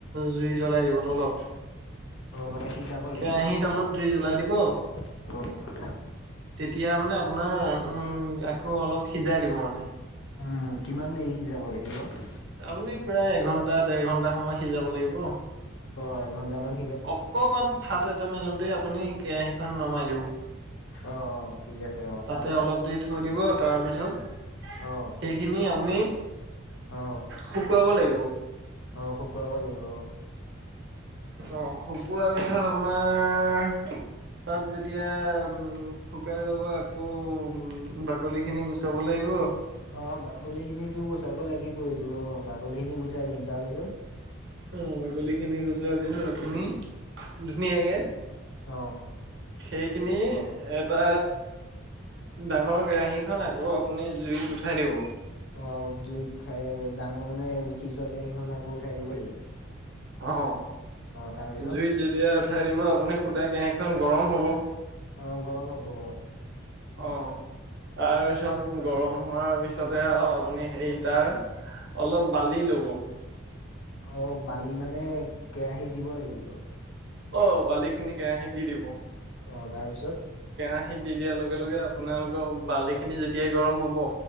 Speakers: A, on the right; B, on the left.
A: জুই জ্বলাই দিব তলত
B: অ মানে সিজাব লাগিব
A: কেৰাহীত তলত দুই জ্বলাই দিব
B: অ
A: তেতিয়া মানে আপোনাৰ উম আকৌ অলপ সিজাই দিব মানে
B: উম কিমান দেৰি যাব লাগিব
A: আপুনি প্ৰায় এঘন্টা দেৰ ঘন্টা সময় সিজাব লাগিব
B: অ এঘণ্টামান
A: অকমান ফাট এটা মেলোতে আপুনি কেৰাহীখন নমাই দিব
B: অ অ ঠিক আছে অ
A: তাতে
B: তাৰ পৰা
A: অলপ দেৰি থৈ দিব তাৰপিছত
B: অ
A: সেইখিনি আপুনি
B: অ
A: শুকুৱাব লাগিব
B: অ শুকুৱাব লাগিব অ
A: অ শুবোৱাৰ পিছত আপোনাৰ তাত যেতিয়া উম শুকাই যাব আকৌ উ বাকলি খিনি গুচাব লাগিব
B: অ বাকলি খিনিো গুচাব লাগিব এইটো অ বাকলি খিনি গুচাই দিম তাৰপিছত
A: অ বাগলী খিনি গুচোৱা পিছো আপুনি ধুনীয়াকে
B: অ
A: সেইখিনি এটা ডাঙৰ কেৰাহী খন আকৌ আপুনি জুইত উঠাই দিব
B: অ জুইত ডাঙৰ মানে সিজ আহিহনা কৰি থাকিব লেকি
A: অ
B: তাৰপিছত
A: জুইত যেতিয়া উঠাই দিব আপুনি সুদা কেৰাহীখন গৰম হ'ব
B: অ গৰম হ'ব অ
A: অ তাৰপিছত গৰম হোৱাৰ পিছতে আৰু আপুনি হেই তাৰ অলপ বালি লব
B: অ বালি মানে কেৰাহীত দিব লাগিব
A: অ বালি খিনি কেৰাহী দি দিব
B: অ তাৰপিছত
A: কেৰাহিত দি দিয়াৰ লগে লগে আপোনালোকৰ বালি খিনি যেতিয়াই গৰম হব